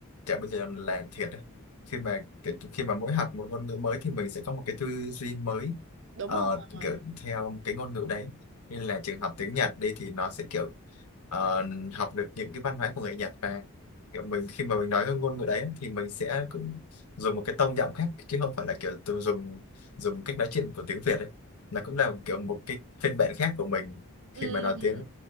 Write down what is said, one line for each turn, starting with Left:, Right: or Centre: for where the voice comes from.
Left: chả bây giờ là thiệt đấy. Khi mà cái, khi mà mỗi học một ngôn ngữ mới thì mình sẽ có một cái tư duy mới
Right: đúng
Left: ờ,
Right: rồi
Left: kiểu theo cái ngôn ngữ đấy. Nên là trường học tiếng Nhật đi thì nó sẽ kiểu ờ, học được những cái văn hóa của người Nhật và kiểu mình khi mà mình nói cái ngôn ngữ đấy thì mình sẽ cũng dùng một cái tông giọng khác chứ không phải là kiểu tự dùng dùng cách nói chuyện của tiếng Việt đấy. Nó cũng là kiểu một cái phiên bản khác của mình
Right: ừ
Left: khi mà nói tiếng